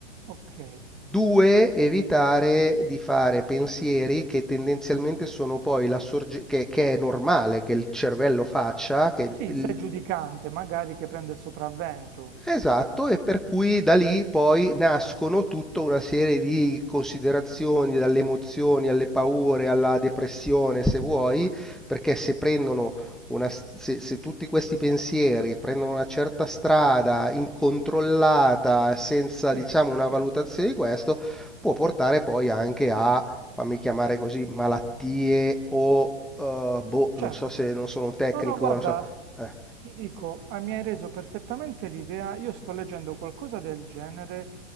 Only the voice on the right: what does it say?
ok.
Sì,
il sé giudicante, magari che prende il sopravvento.
Sì,
sì,
certo.
No, no, guarda,
ti dico, ah, mi hai reso perfettamente l'idea. Io sto leggendo qualcosa del genere,